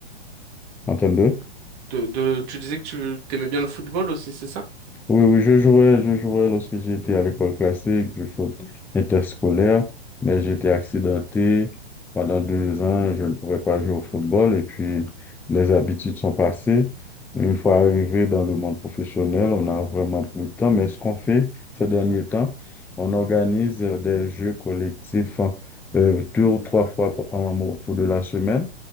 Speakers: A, in the centre; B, on the right.
A: en termes de
B: De, de, tu disais que tu t'aimais bien le football aussi, c'est ça?
A: Oui, oui, je jouais, je jouais lorsque j'étais à l'école classique, du foot interscolaire, mais j'étais accidenté. Pendant deux ans, je ne pouvais pas jouer au football et puis les habitudes sont passées. Une fois arrivé dans le monde professionnel, on n'a vraiment plus le temps, mais ce qu'on fait ces derniers temps, on organise euh, des jeux collectifs hein, euh, deux ou trois fois par- en- au cours de la semaine